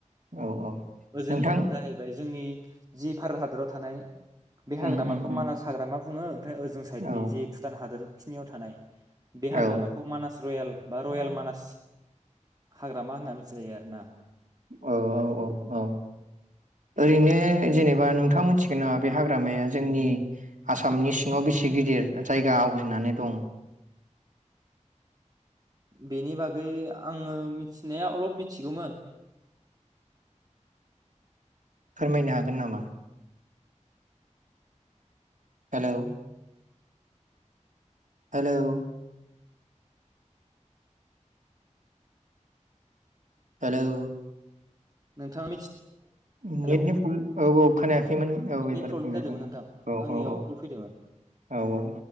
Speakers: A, on the right (about 85°); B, on the right (about 30°).
A: औ औ
B: ओजों
A: नोंथां
B: जाहैबाय जोंनि जि भारत हादराव थानाय बे
A: उम
B: हाग्रामाखौ
A: उम उम
B: मानास हाग्रामा बुङो ओमफाय ओजों साइदनि
A: औ
B: जे भुटान हादोर सिमायाव थानाय बे
A: औ
B: हाग्रामाखौ मानास रयेल बा
A: औ
B: रयेल मानास हाग्रामा होनना मिथिनाय जायो आरोना
A: औ औ औ औ ओरैनो जेनेबा नोंथाङा मोनथिगोन ना बे हाग्रामाया जोंनि आसामनि सिङाव बेसे गिदिर जायगा आवग्रिनानै दं?
B: बेनि बागै आङो मिथिनाया अलप मिथिगौमोन
A: फोरमायनो हागोन नामा? हेलौ हेलौ हेलौ
B: <inaudible> नोंथाङा मिथि
A: नेदनि
B: हेलौ
A: प्रब्लेम- औ औ खोनाया खैमोन औ
B: नेट
A: एबार
B: प्रब्लेम
A: खोमाया
B: जादोंमोन
A: औ
B: नोंथां आंनियाव
A: औ औ
B: कल फैदोंमोन
A: औ औ